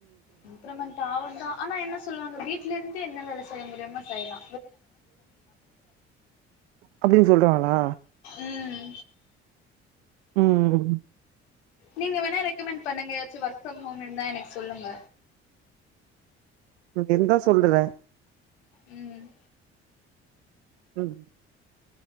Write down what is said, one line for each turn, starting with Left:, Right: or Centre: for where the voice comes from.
Left: இம்ப்ரூவ்மெண்ட் ஆவுந்தா ஆனா என்ன சொல்லுவாங்க வீட்ல இருந்து என்ன வேல செய்ய முடியுமோ செய்லா
Right: அப்டின் சொல்றாங்களா
Left: ம்
Right: ம்
Left: நீங்க வேணா ரெக்கமெண்ட் பண்ணுங்க ஏதாச்சு வொர்க் ஃப்ரம் ஹோம் இருந்தா எனக்கு சொல்லுங்க
Right: உனக்கு இருந்தா சொல்றே
Left: ம்
Right: ம்